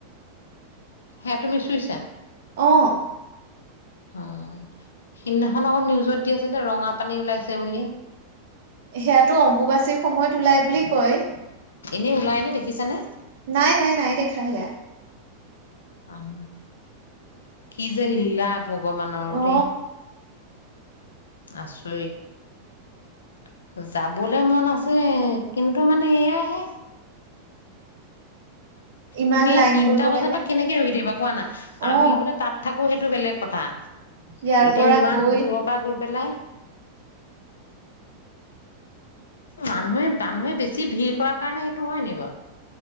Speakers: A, on the left; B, on the right.
A: সেয়া তুমি চুইছা।
B: অ
A: অ' সিদিনাখন আকৌ নিউজত দি আছিলে ৰঙা পানী ওলাইছে বুলি?
B: সেয়াতো অম্বুবাচীৰ সময়ত ওলায় বুলি কয়।
A: এনেই ওলায়নে দেখিছানে?
B: নাই, নাই, নাই দেখা সেয়া।
A: অ' কি যে লীলা। ভগৱানৰো
B: অ
A: দেই। আচৰিত। যাবলে মন আছে, কিন্তু মানে এয়াহে
B: ইমান
A: তুমি ইয়াত
B: লাইন
A: তিনিটা
B: কৰিব
A: বজাৰ
B: লাগে
A: পৰা কেনেকে ৰখি থাকিবা কোৱা না আমি
B: অ
A: বোলে তাত থাকো সেইটো বেলেগ কথা
B: ইয়াৰ
A: এতিয়া
B: পৰা
A: ইমান
B: গৈ
A: দূৰৰ পৰা গৈ পেলাই মানুহে -মানুহে বেছি ভিৰ কৰাৰ কাৰণে সেইটো হয় নি বাৰু?